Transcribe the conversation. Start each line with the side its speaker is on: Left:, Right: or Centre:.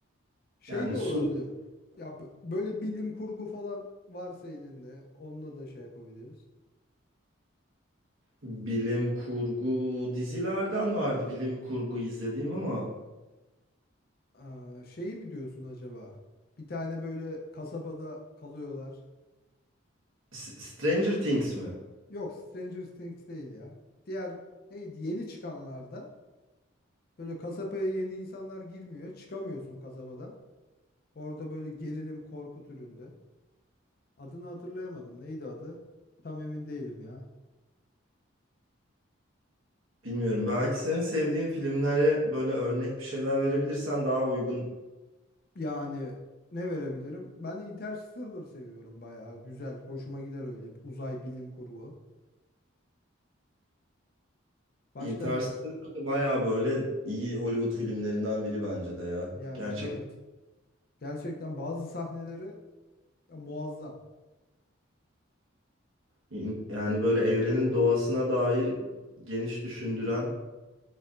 Left: Şey
Right: Yani
Left: de olabilir.
Right: sürekli
Left: Ya b- böyle bilim kurgu falan varsa elinde onunla da şey yapabiliriz.
Right: bilim kurgu dizilerden vardı bilim kurgu izlediğim ama
Left: Aa, şey mi diyorsun acaba? Bir tane böyle kasabada kalıyorlar.
Right: S- Stranger Things mi?
Left: Yok Stranger Things değil ya. Diğer neydi yeni çıkanlarda Böyle kasabaya yeni insanlar girmiyor. Çıkamıyorsun kasabadan. Orada böyle gerilim korku türünde. Adını hatırlayamadım. Neydi adı? Tam emin değilim ya.
Right: Bilmiyorum. Belki senin sevdiğin filmlere böyle örnek bir şeyler verebilirsen daha uygun.
Left: Yani ne verebilirim? Ben Interstellar seviyorum bayağı. Güzel. Hoşuma gider öyle bir uzay bilim kurgu. Başka
Right: Interstellar
Left: ne var?
Right: bayağı böyle iyi Hollywood filmlerinden biri bence de ya.
Left: Yani
Right: Gerçek.
Left: evet. Gerçekten bazı sahneleri ya, muazzam.
Right: İn- Yani böyle evrenin doğasına dair geniş düşündüren